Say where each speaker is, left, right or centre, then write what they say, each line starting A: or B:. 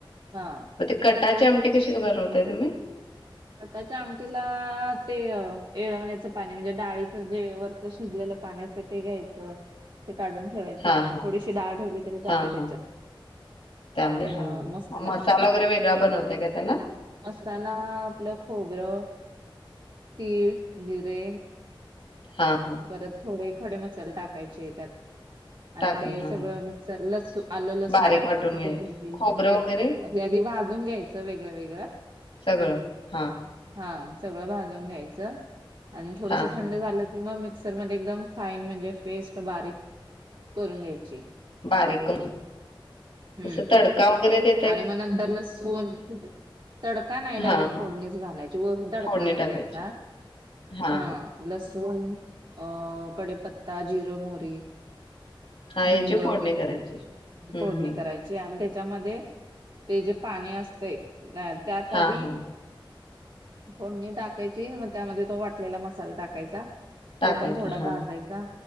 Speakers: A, on the right (about 60°); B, on the left (about 85°).
A: हा
B: म ते कटाची आमटी कशी गं बनवताय तुम्ही?
A: कटाच्या आमटीला अ ते येळवण्याचं पाणी म्हणजे डाळीचं जे वर तो शिजलेलं पाणी असतं ते घ्यायचं ते काढून ठेवायचं,
B: हां, हां.
A: थोडीशी डाळ ठेवली तरी चालते
B: हां,
A: त्याच्यात
B: हां. त्यामुळे
A: म्हणजे
B: हां,
A: म मस्
B: मग
A: त लाग
B: मसाला वगैरे वेगळा बनवताय का त्याला?
A: मसाला आपलं खोबरं तीळ, जिरे
B: हा हा.
A: परत थोडे खडे मसाले टाकायचे त्यात. आणि
B: टाकाय
A: ते
B: हां,
A: सगळं मिक्सर लसू आलंलसून
B: बारीक
A: टाकायचं
B: वाटून घ्यायचं.
A: कोथिंबीर
B: खोबरं वगैरे
A: ते आदी भाजून घ्यायचं वेगळं वेगळं
B: सगळं. हां,
A: हा सगळं भाजून घ्यायचं आणि थोडस
B: हां,
A: थंड
B: हां.
A: झालं की म मी मिक्सर मध्ये एकदम फाईन म्हणजे पेस्ट बारीक करून घ्यायची.
B: बारीक करून,
A: हम्म
B: असं तडका वगैरे देत
A: आणि मग नंतर लसूण तडका नाही डायरेक्ट
B: हा, हा.
A: फोडणीच घालायची वरून तडका
B: फोडणी
A: नाही
B: टाकायची.
A: द्यायचा
B: हां,
A: हा.
B: हां.
A: लसूण अ कढिपत्ता, जीरा, मोहरी
B: हां, याची
A: हिंग
B: फोडणी करायची. हं,
A: फोडणी
B: हं.
A: करायची आणि त्याच्यामध्ये ते जे पाणी असतय अ त्यात
B: हां,
A: आदी
B: हां.
A: फोडणी टाकायची मग त्यामध्ये तो वाटलेला मसाला टाकायचा.
B: टाकायचा.
A: तो पण थोडा
B: हां,
A: भाजायचा,
B: हां.